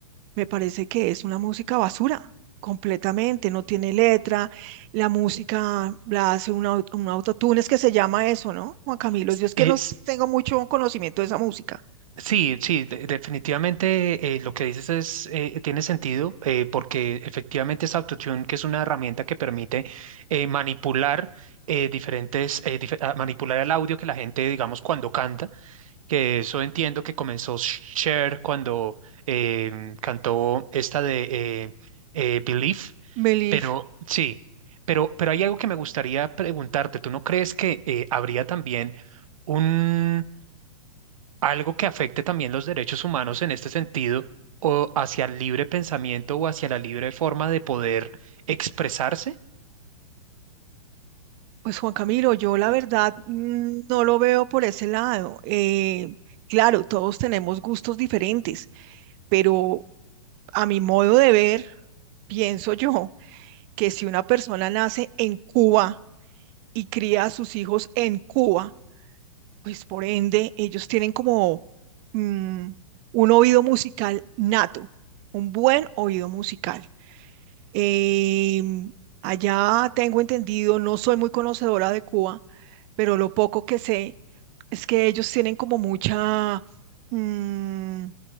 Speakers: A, on the right; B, on the right.
A: me parece que es una música basura, completamente, no tiene letra, la música la hace un, au- un autotune, es que se llama eso, ¿no? Juan Camilo,
B: S-
A: yo es
B: es-
A: que no tengo mucho conocimiento de esa música.
B: sí, sí, de- definitivamente eh, lo que dices es, eh, tiene sentido eh, porque efectivamente es Autotune, que es una herramienta que permite eh, manipular eh, diferentes, eh, dife- ah, manipular el audio que la gente, digamos, cuando canta. que eso entiendo que comenzó Cher cuando em, cantó esta de eh, eh, Belief,
A: Belif,
B: pero sí, pero, pero hay algo que me gustaría preguntarte. ¿Tú no crees que eh, habría también un algo que afecte también los derechos humanos en este sentido o hacia el libre pensamiento o hacia la libre forma de poder expresarse?
A: pues Juan Camilo, yo la verdad mm, no lo veo por ese lado. Eh, claro, todos tenemos gustos diferentes, pero a mi modo de ver, pienso yo que si una persona nace en Cuba y cría a sus hijos en Cuba, pues por ende ellos tienen como mm, un oído musical nato, un buen oído musical. Em, allá tengo entendido, no soy muy conocedora de Cuba, pero lo poco que sé es que ellos tienen como mucha, mm,